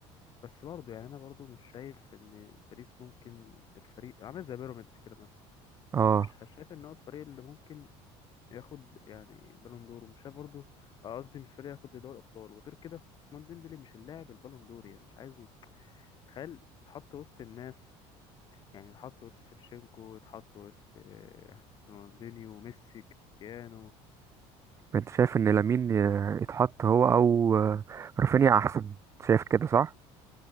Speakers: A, on the left; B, on the right.
A: بس برضه يعني انا برضه مش شايف ان باريس ممكن الفريق عامل زي بيراميدز كده مثلا
B: اه
A: مش ه- شايف ان هو الفريق اللي ممكن ياخد يعني بالون دور ومش شايف برضه آه، قصدي مش فريق ياخد دوري ابطال وغير كده عثمان ديمبلي مش اللاعب البالون دور يعني مش عايزه تخيل يتحط وسط الناس يعني يتحط وسط شيفشينكو يتحط وسط آه، رونالدينيو ميسي كريستيانو
B: انت شايف ان لامين آه، يتحط هو او آه، رافينيا احسن شايف كده صح